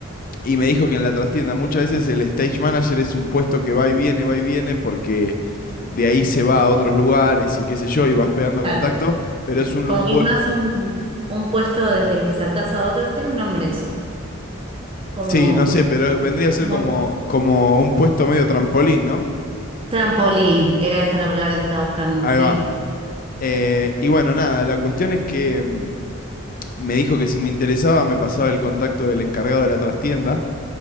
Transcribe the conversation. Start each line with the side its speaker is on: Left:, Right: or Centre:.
Left: Y me dijo que en la trastienda muchas veces el stage manager es un puesto que va y viene, va y viene, porque de ahí se va a otros lugares y qué sé yo, y vas pegando
Right: claro.
Left: contacto, pero es un...
Right: Como
Left: lu- bu-
Right: que es más un, un puesto desde el que saltás a otros, tiene un nombre eso. Como,
Left: Sí, no sé, pero vendría a ser
Right: como
Left: como, como un puesto medio trampolín, ¿no?
Right: trampolín, era esa la palabra que estaba buscando,
Left: Ahí
Right: sí.
Left: va. Eh, y bueno, nada, la cuestión es que mm, me dijo que si me interesaba me pasaba el contacto del encargado de la trastienda,